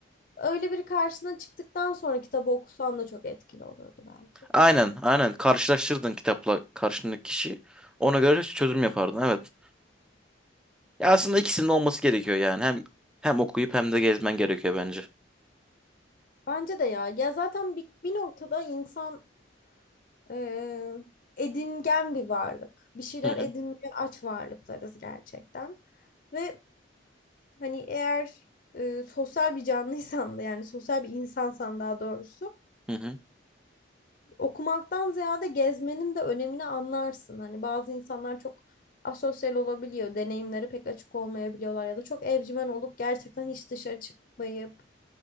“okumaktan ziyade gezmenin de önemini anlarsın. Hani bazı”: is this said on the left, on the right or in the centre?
Left